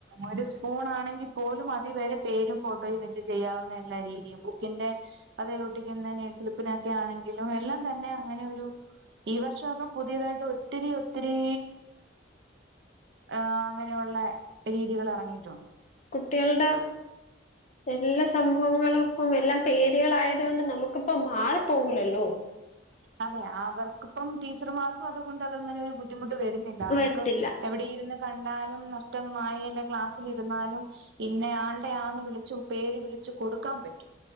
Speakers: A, on the right; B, on the left.
A: ഒരു സ്പൂൺ ആണെങ്കിൽ പോലും അതി വരെ പേരും ഫോട്ടോയും വെച്ച് ചെയ്യാവുന്ന എല്ലാ രീതിയും ബുക്കിന്റെ അതേലൊട്ടിക്കുന്ന നെഴ്സിലിപ്പിനൊക്കെ ആണെങ്കിലും എല്ലാം തന്നെ അങ്ങനെ ഒരു ഈ വർഷം ഒക്കെ പുതിയതായിട്ട് ഒത്തിരി ഒത്തിരി ആഹ് അങ്ങനെ ഒള്ള രീതികൾ ഇറങ്ങിയിട്ടുണ്ട്
B: കുട്ട്യാളുടെ എല്ലാ സംഭവങ്ങളും ഇപ്പം എല്ലാം പേരുകളായത് കൊണ്ട് നമുക്കിപ്പം മാറിപ്പോകൂലല്ലോ
A: അതെ അവർക്കിപ്പം ടീച്ചർമാർക്കും അതുകൊണ്ട് അതങ്ങനെ ഒരു ബുദ്ധിമുട്ട് വരുന്നില്ല അവർക്ക്
B: വരത്തില്ല
A: എവിടെ ഇരുന്ന് കണ്ടാലും നഷ്ടമായി അല്ലെ ക്ലാസ്സിലിരുന്നാലും ഇന്നെ ആളുടെ ആന്ന് വിളിചു പേര് വിളിചു കൊടുക്കാൻ പറ്റും